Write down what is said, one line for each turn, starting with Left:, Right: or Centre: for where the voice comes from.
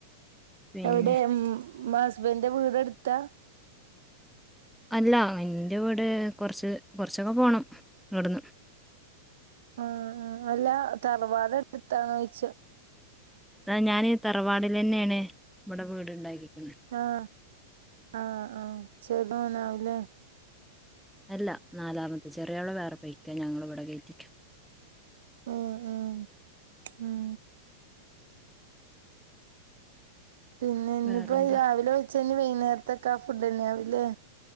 Centre: പിന്നെ
Right: എവിടെ ഉംമാ ഹസ്ബൻന്റെ വീടെടുത്താ-
Centre: അല്ല എൻ്റ വീട് കൊറച്ച് കൊറച്ചൊക്കെ പോണം ഇവിടുന്ന്-
Right: ആഹ് ആഹ് അല്ലാ തറവാടടുത്തിട്ടാന്ന് ചോയിച്ചാ-
Centre: ഇതാ ഞാന് തറവാടിലെന്നെണ് ഇവടെ വീട്ണ്ടാക്കി-
Right: ആഹ്, ആഹ് ആഹ്, ക്ഷീണം ഉണ്ടാവില്ലേ -
Centre: അല്ല നാലാമത്തെ ചെറിയാള് വേറെപൊയ്ക്ക ഞങ്ങള് ഇവിടെ വെയ്പികും -
Right: ആഹ് ആഹ് ഉം പിന്നെ ഇനിപ്പോ
Centre: വേറെന്താ
Right: രാവിലെ വെച്ചന്നെ വൈന്നേരത്തെക് ആ ഫുഡ്ന്നെ ആവുല്ലേ